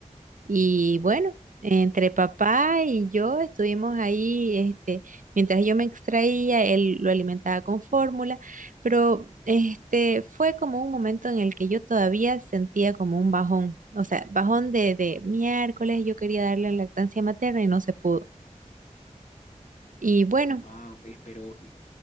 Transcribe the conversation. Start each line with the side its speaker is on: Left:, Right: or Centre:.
Right: y bueno. Entre papá y yo estuvimos ahí, este, mientras yo me extraía, él lo alimentaba con fórmula, pero este fue como un momento en el que yo todavía sentía como un bajón, o sea, bajón de, de miércoles, yo quería darle lactancia materna y no se pudo. Y bueno,
Left: wow, pero y,